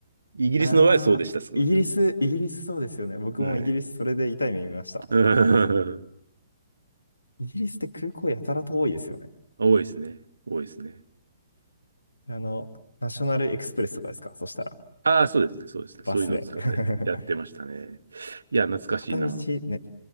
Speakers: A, on the right; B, on the left.
A: イギリスの場合はそうでした、
B: ああ、
A: 少なくとも。
B: イギリス、イギリスそうですよね。僕もイギリスそれで痛い目見ました。
A: はい。うん
B: イギリスって空港やたらと多いですよね。
A: <laughs> 多いですね。多いですね。
B: あの、ナショナルエクスプレスとかですかそしたら、
A: ああ、そうですね。そうですね。
B: バスで。
A: そういうのを使ったりやってましたね。
B: <laughs>
A: いや、懐かしいな。
B: 片道ね、